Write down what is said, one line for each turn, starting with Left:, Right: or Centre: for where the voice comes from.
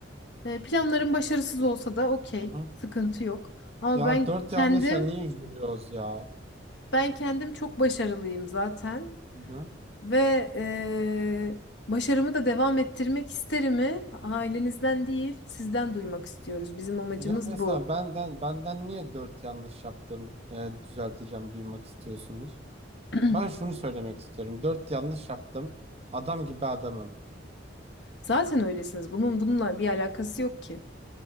Left: E, planlarım başarısız olsa da okey,
Right: Hı hı.
Left: sıkıntı yok. Ama
Right: Ya
Left: ben
Right: dört
Left: kendim
Right: yanlış ya niye üzülüyoruz ya?
Left: ben kendim çok başarılıyım zaten.
Right: Hı hı.
Left: Ve eee, başarımı da devam ettirmek isterimi ailenizden değil, sizden duymak istiyoruz. Bizim amacımız
Right: Ya mesela
Left: bu.
Right: benden benden niye dört yanlış yaptım e, düzelteceğim duymak istiyorsunuz?
Left: <clears throat>
Right: Ben şunu söylemek istiyorum. Dört yanlış yaptım. Adam gibi adamım.
Left: Zaten öylesiniz. Bunun bununla bir alakası yok ki.